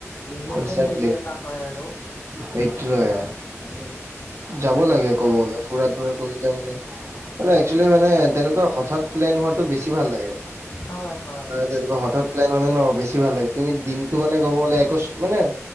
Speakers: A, on the left (about 60°); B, on the right (about 60°).
A: উম নতুন
B: একজেক্টলি
A: হেৰি এটা হয় আৰু
B: সেইটোৱে।
A: উম
B: যাব লাগে ক'ব গ'লে ফুৰা ঘুৰা কৰিলে মানে মানে একচুউলি মানে তেনেকুৱা হঠাৎ প্লেন হোৱাটো বেছি ভাল লাগে
A: হয় হয় হয়
B: যেনেকুৱা হঠাৎ প্লেন হলে ন বেছি ভাল লাগে তুমি দিনতটো মানে কব গলে একো মানে